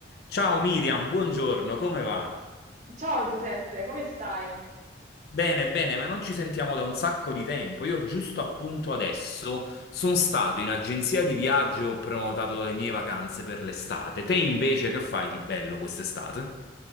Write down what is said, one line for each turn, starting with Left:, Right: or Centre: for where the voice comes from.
Left: Ciao Miriam, buongiorno, come va?
Right: Ciao Giuseppe, come stai?
Left: Bene, bene, ma non ci sentiamo da un sacco di tempo. Io giusto appunto adesso sono stato in agenzia di viaggio e ho prenotato le mie vacanze per l'estate. Te invece che fai di bello quest'estate?